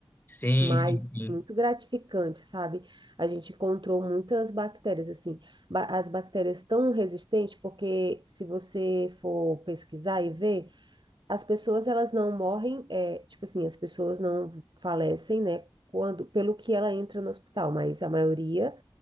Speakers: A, on the left; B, on the right.
A: Sim,
B: Mas
A: sim, sim.
B: muito gratificante, sabe? A gente encontrou muitas bactérias, assim, ba- as bactérias tão resistentes, porque se você for pesquisar e ver, as pessoas elas não morrem, é, tipo assim, as pessoas não falecem, né? Quando, pelo que ela entra no hospital, mas a maioria